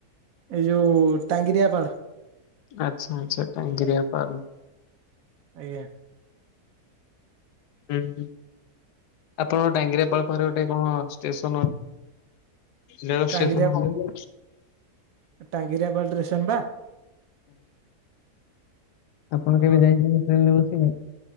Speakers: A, on the right; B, on the left.
A: ଏଇ ଯୋଉ ଟାଙ୍ଗିରିଆପାଳ୍।
B: ଆଚ୍ଛା ଆଚ୍ଛା ଟାଙ୍ଗିଆପାଲ୍।
A: ଆଜ୍ଞା।
B: ହୁଁ ହୁଁ ଆପଣଙ୍କ ଟାଙ୍ଗିରାପଳ୍ ପାଖରେ ଗୋଟେ କଣ ଷ୍ଟେସନ ରେଳ ଷ୍ଟେସନ୍
A: ଟାଙ୍ଗିରିଆ
B: ଗାଆଁ।
A: ଟାଙ୍ଗିରିଆପାଳ ଷ୍ଟେସନ ବା
B: ଆପଣ
A: ହଁ
B: କେବେ ଯାଇଛନ୍ତି ଟ୍ରେନ୍ ରେ ବସିକି?